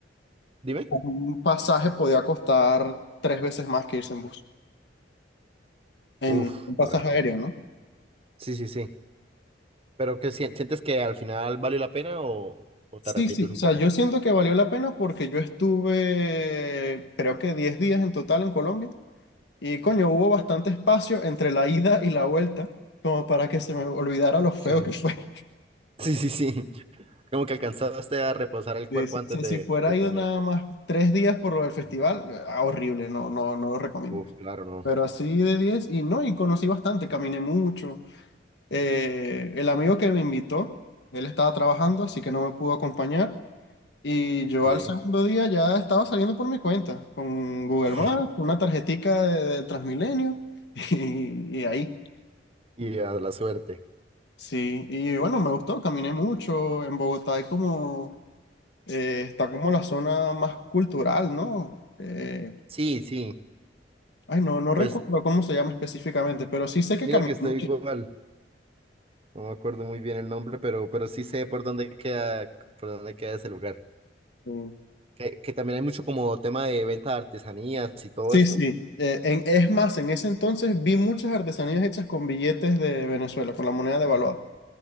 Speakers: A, on the right; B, on the left.
A: dime.
B: un pasaje podía costar tres veces más que irse en bus, en
A: Uf,
B: un pasaje
A: claro.
B: aéreo, ¿no?
A: Sí, sí, sí. ¿Pero qué sien- sientes que al final valió la pena o, o te
B: Sí,
A: arrepientes
B: sí,
A: un
B: o sea,
A: poco?
B: yo siento que valió la pena porque yo estuve, creo que 10 días en total en Colombia Y coño, hubo bastante espacio entre la ida y la vuelta, como para que se me olvidara lo feo
A: Sí.
B: que fue. <laughs>
A: Sí, sí, sí. Como que alcanzaste a reposar el
B: Sí,
A: cuerpo
B: sí.
A: antes
B: O sea,
A: de,
B: si fuera
A: de tener.
B: ido nada más tres días por lo del festival, ah, horrible, no, no, no lo recomiendo.
A: Uf, claro, no.
B: Pero así de 10 y no, y conocí bastante, caminé mucho. Eh, el amigo que me invitó, él estaba trabajando, así que no me pudo acompañar. Y
A: Ok.
B: yo al segundo día ya estaba saliendo por mi cuenta, con Google
A: <laughs>
B: Maps, una tarjetica de, del Transmilenio <laughs> y, y ahí.
A: Y a la suerte.
B: Sí, y bueno, me gustó, caminé mucho. En Bogotá hay como, eh, está como la zona más cultural, ¿no? Eh,
A: Sí, sí.
B: ay, no, no recuerdo
A: Pues
B: cómo se llama específicamente, pero sí sé que
A: mira
B: caminé
A: que estoy
B: mucho.
A: igual. No me acuerdo muy bien el nombre, pero, pero sí sé por dónde queda, por dónde queda ese lugar.
B: Mm.
A: Que, que también hay mucho como tema de venta de artesanías y todo
B: Sí,
A: esto.
B: sí. Eh, en, es más, en ese entonces vi muchas artesanías hechas con billetes de Venezuela, con la moneda devaluada.